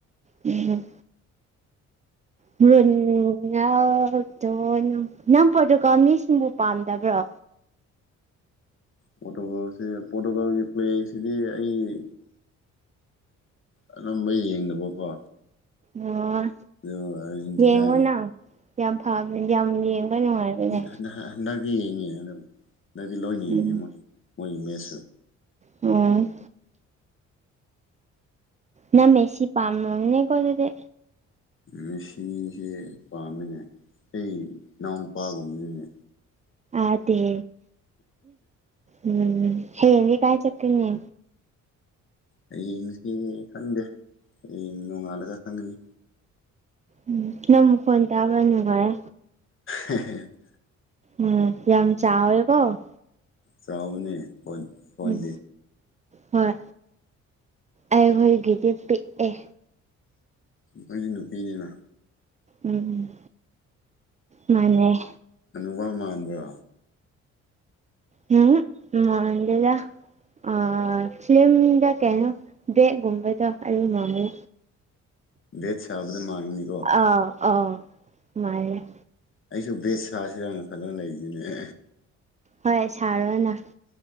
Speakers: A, on the right; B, on the left.
A: ꯎꯝ ꯃꯨꯛꯇꯣ ꯅꯝꯐꯗꯨꯀꯣ <unintelligible> ꯅꯪ ꯄꯣꯔꯇꯨꯒꯜ ꯃꯤꯁꯤꯡꯕꯨ ꯄꯥꯝꯗꯕ꯭ꯔꯣ
B: ꯄꯣꯔꯇꯣꯒꯜꯁꯦ ꯄꯣꯔꯇꯣꯒꯜꯒꯤ ꯄꯂ꯭ꯑꯦ ꯁꯤꯗꯤ ꯑꯩ ꯑꯅꯝꯕ ꯌꯦꯡꯗꯕꯀꯣ
A: ꯑꯣ
B: ꯑ ꯑꯔꯖꯦꯟꯇꯤꯅꯥꯒ
A: ꯌꯦꯡꯉꯣ ꯅꯪ ꯌꯥꯝ ꯐꯕꯅꯦ ꯌꯥꯝ ꯌꯦꯡꯕ ꯅꯨꯡꯉꯥꯏꯕꯅꯦ
B: ꯍꯟꯗꯛ ꯍꯟꯗꯛꯇꯤ ꯌꯦꯡꯉꯤ ꯑꯗꯨꯝ ꯍꯟꯗꯛꯇꯤ ꯂꯣꯏꯅ
A: ꯎꯝ
B: ꯌꯦꯡꯉꯤ ꯃꯣꯏ ꯃꯣꯏꯒꯤ ꯃꯦꯁꯁꯨ
A: ꯎꯝ ꯅꯪ ꯃꯦꯁꯤ ꯄꯥꯝ ꯃꯝ ꯅꯤꯀꯣ ꯑꯗꯨꯗꯤ
B: ꯃꯦꯁꯤꯁꯦ ꯄꯥꯝꯃꯤꯅꯦ ꯑꯩ ꯏꯅꯥꯎ ꯅꯨꯄꯥꯒꯨꯝꯕꯅꯤꯅꯦ
A: ꯑꯗ ꯎꯝ ꯍꯡꯦ ꯀꯥꯏ ꯆꯠꯀꯅꯤ
B: ꯍꯌꯦꯡꯁꯤ ꯈꯪꯗꯦ ꯍꯌꯦꯡ ꯅꯣꯡꯉꯥꯜꯂꯒ ꯈꯪꯒꯅꯤ
A: ꯎꯝ ꯅꯪ ꯃꯈꯣꯟ ꯇꯥꯕ ꯅꯨꯪꯉꯥꯏ
B: ꯍꯦ ꯍꯦ <inaudible>
A: ꯎꯝ ꯌꯥꯝ ꯆꯥꯎꯏꯀꯣ
B: ꯆꯥꯎꯕꯅꯦ ꯐꯣꯟ ꯐꯣꯟꯗꯤ
A: ꯎꯝ ꯍꯣꯏ ꯑꯩꯈꯣꯏꯒꯤꯗꯤ ꯄꯤꯛꯑꯦ
B: ꯅꯣꯏꯗꯤ ꯅꯨꯄꯤꯅꯦꯅ
A: ꯎꯝ ꯃꯥꯅꯦ
B: ꯍꯥꯅꯨꯕ ꯃꯥꯟꯕ꯭ꯔꯥ
A: ꯎꯝ ꯃꯥꯟꯗꯦꯗꯥ ꯑ ꯐꯤꯂꯝꯗ ꯀꯩꯅꯣ ꯕꯦꯠꯒꯨꯝꯕꯗꯣ ꯑꯗꯨ ꯃꯥꯟꯕꯅꯦ
B: ꯕꯦꯠ ꯁꯕꯗ ꯃꯥꯥꯟꯕꯅꯤ
A: ꯑ ꯑ ꯃꯥꯜꯂꯦ
B: ꯑꯩꯁꯨ ꯕꯦꯠ ꯁꯥꯁꯤꯔꯅ ꯈꯟꯂꯒꯥ ꯂꯩꯔꯤꯅꯦ
A: ꯍꯣꯏ ꯁꯥꯔꯣꯅ